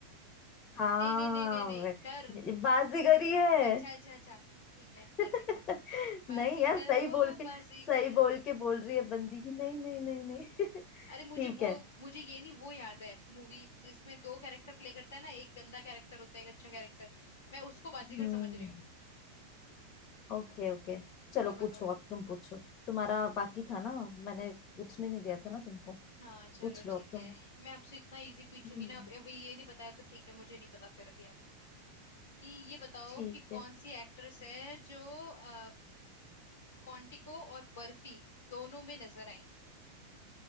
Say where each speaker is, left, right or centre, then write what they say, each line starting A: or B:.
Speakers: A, on the left (about 35°); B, on the left (about 60°).
A: <laughs> हाँ
B: नहीं नहीं नहीं नहीं नहीं
A: वे-
B: डर
A: ये बाजीगरी है
B: अच्छा अच्छा अच्छा ठीक है
A: <laughs>
B: बाजीगर
A: नहीं
B: बाजीगर
A: यार सही
B: ओ
A: बोल के
B: बाजीगर
A: सही बोल के बोल रही है बंदी की नहीं नहीं नहीं नहीं <laughs>
B: अरे मुझे
A: ठीक
B: वो
A: है
B: मुझे ये नहीं वो याद है मूवी जिसमें दो कैरेक्टर प्ले करता है ना एक गंदा कैरेक्टर होता है एक अच्छा कैरेक्टर मैं उसको बाजीगर
A: हम्म
B: समझ रही हूँ
A: Okay okay चलो
B: और बताओ
A: पूछो अब तुम पूछो तुम्हारा बाकी था ना मैंने पूछने नहीं दिया था ना तुमको
B: हाँ चलो
A: पूछ लो
B: ठीक
A: अब तुम
B: है मैं आपसे इतना इजी पूछूंगी
A: हम्म
B: ना अब अभी ये नहीं बताया तो ठीक है मुझे नहीं पता फिर अभी आप कि ये बताओ
A: ठीक
B: कि कौन
A: है
B: सी एक्ट्रेस है जो अ, क्वांटिको और बर्फी दोनों में नजर आई